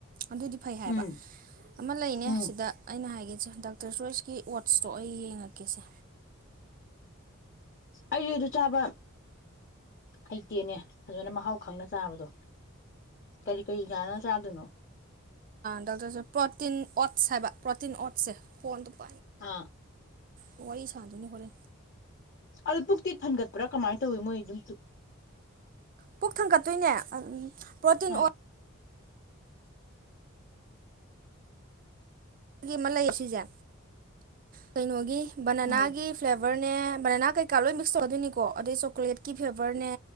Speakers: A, on the right (about 40°); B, on the left (about 45°).
A: ꯑꯗꯨꯗꯤ ꯐꯩ ꯍꯥꯏꯕ
B: ꯎꯝ
A: ꯑꯃ ꯂꯩꯅꯦ
B: ꯎꯝ
A: ꯁꯤꯗ ꯑꯩꯅ ꯍꯥꯏꯒꯦ ꯗꯥꯛꯇꯔ ꯆꯣꯏꯁꯀꯤ ꯋꯥꯠꯁꯇꯣ ꯑꯩ ꯌꯦꯡꯉꯛꯀꯦꯁꯦ
B: ꯑꯩ ꯑꯗꯨ ꯆꯥꯕ ꯍꯩꯇꯦꯅꯦ ꯑꯗꯨꯃꯥꯏꯅ ꯃꯍꯥꯎ ꯈꯪꯅ ꯆꯥꯕꯗꯣ ꯀꯔꯤ ꯀꯔꯤ ꯥꯟꯅ ꯆꯥꯗꯣꯏꯅꯣ
A: ꯗꯣꯛꯇꯔꯁꯦ ꯄ꯭ꯔꯣꯇꯤꯟ ꯑꯣꯠꯁ ꯍꯥꯏꯕ ꯄ꯭ꯔꯣꯇꯤꯟ ꯑꯣꯠꯁꯦ ꯐꯣꯟꯗ
B: ꯑꯥ
A: ꯋꯥ ꯋꯥꯔꯤ ꯁꯥꯟꯗꯅꯤ ꯍꯔ
B: ꯑꯗꯨ ꯄꯨ ꯤ ꯊꯟꯒꯠꯄ꯭ꯔꯥ ꯀꯃꯥꯏꯅ ꯇꯧꯋꯤ ꯃꯣꯏ ꯑꯗꯨꯝ
A: ꯄꯨꯛ ꯊꯥꯡꯒꯠꯇꯣꯏꯅꯦ ꯎꯝ ꯄ꯭ꯔꯣꯇꯤꯟ
B: ꯑꯥ
A: ꯑꯣꯏꯜ ꯒꯤ ꯑꯃ ꯂꯩ ꯁꯤꯁꯦ ꯀꯩꯅꯣꯒꯤ ꯕꯅꯅꯥꯒꯤ
B: ꯎꯝ
A: ꯐ꯭ꯂꯦꯕꯔ ꯅꯦ ꯕꯅꯅꯥ ꯀꯩꯀꯥ ꯂꯣꯏ ꯃꯤꯛꯁ ꯇꯧꯒꯗꯣꯏꯅꯤꯀꯣ ꯑꯗꯩ ꯆꯣꯀ꯭ꯂꯦꯠꯀꯤ ꯐ꯭ꯂꯦꯕꯔꯅꯦ